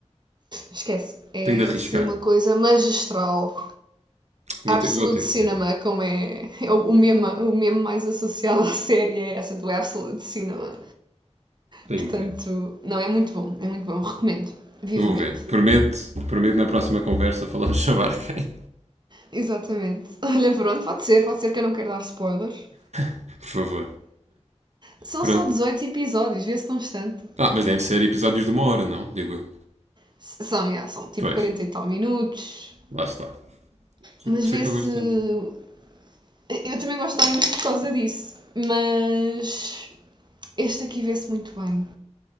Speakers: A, on the right; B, on the right.
A: Esquece, é
B: Tenho de arriscar.
A: assim uma coisa magistral.
B: Vou
A: Absolute
B: ter, vou ter
A: Cinema,
B: de ver.
A: como é, é o, meme, o meme mais associado à série, é essa do Absolute Cinema.
B: Tenho
A: Portanto,
B: de ver.
A: não, é muito bom, é muito bom, recomendo, vivamente.
B: Vou ver. Prometo, prometo na próxima conversa falamos sobre Arkane.
A: Exatamente. <laughs> Olha, pronto, pode ser, pode ser que eu não quero dar spoilers.
B: <laughs> Por favor.
A: São
B: Pronto.
A: só 18 episódios, vê-se num instante.
B: Ah, mas devem ser episódios de uma hora, não? Digo eu.
A: São, já, são tipo
B: Pois,
A: 40 e tal minutos,
B: lá está. Por
A: mas
B: isso
A: vê-se.
B: é que eu gosto tanto.
A: Eu também gosto de dar muito por causa disso, mas este aqui vê-se muito bem.